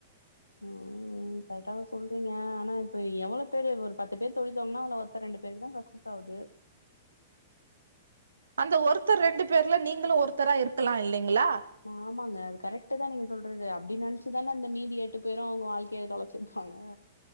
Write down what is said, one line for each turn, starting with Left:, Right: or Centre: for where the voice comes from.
Left: ம் ம் கரக்டா சொல்றீங்க ஆனா இப்ப எவ்ளோ பேரு ஒரு பத்து பேர் தொழித்தோங்கனா இல்ல ஒருத்த ரெண்டு பேருக்கு தா சக்சஸ் ஆகுது
Right: அந்த ஒருத்தர் ரெண்டு பேர்ல நீங்களு ஒருத்தரா இருக்கலா இல்லீங்களா
Left: ஆமாங்க அது கரெக்ட் தா நீங்க சொல்றது அப்டி நெனச்சிதான அந்த மீதி எட்டு பேரு அவங்க வாழ்க்கைய தொழச்சிருப்பாங்க